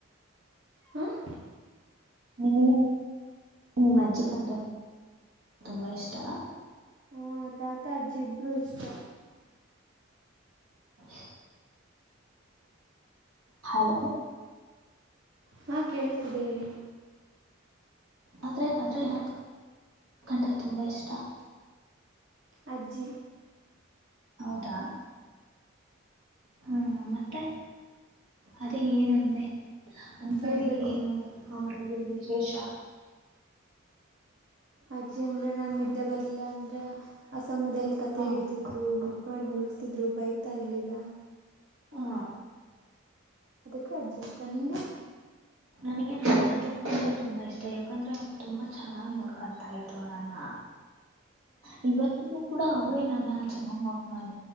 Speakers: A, on the right (about 65°); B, on the right (about 80°).
A: ಹೌದು
B: ನೀ ನಿಮಜ್ಜೆ ಕಂಡ್ರೆ ತುಂಬಾ ಇಷ್ಟನಾ
A: ಹಾ ತಾತ ಅಜ್ಜಿ ಇಬ್ರು ಇಷ್ಟ
B: <unintelligible> ಹಲೋ
A: ಹಾ ಕೇಳಿಸ್ತಿದೆ ಹೇಳಿ
B: ಆದ್ರೆ ಅದ್ರಲ್ಲಿ ಯಾರ ಕಂಡ್ರೆ ತುಂಬಾ ಇಷ್ಟ
A: ಅಜ್ಜಿ
B: ಹೌದಾ ಹ್ಮ್ ಮತ್ತೆ ಅದೇ
A: ಹೌದು
B: ಏನಂದೆ ಅಂತದೆೇ
A: ಹೇಳ್ಬೇಕು
B: ಏನು ಅವರಲ್ಲಿ ಶೇಷ
A: ಅಜ್ಜಿ ಅಂದ್ರೆ ನಾ ನಿದ್ದೆ ಬರ್ಲಿಲ್ಲ ಅಂದ್ರೆ ಸಮುದಾಯದಲ್ಲಿ ಕತೆ
B: ಹಾ
A: ಹೇಳ್ತಿದ್ರು ಮಾಡಿ ಮಲಗ್ಸತಿದ್ರು ಬೈತಾ ಇರ್ಲಿಲ್ಲ
B: ಹ್ಮ
A: ಅದಕ್ಕೆ ಅಜ್ಜಿ ಇಷ್ಟ ನಿಂಗೆ
B: ನನಗೆ ನನ್ನ ತಾತದ ಕಂಡ್ರೆ ತುಂಬಾ ಇಷ್ಟ ಯಾಕಂದ್ರೆ ಅವ್ರು ತುಂಬಾ ಚೆನ್ನಾಗ್ ನೋಡ್ಕೊತಾ ಇದ್ರು ನನ್ನು ಹ ಇವತ್ತಿಗೂ ಕೂಡ ಅವ್ರೇ ನನ್ನ ಚೆನ್ನಾಗ್ ಮಾತ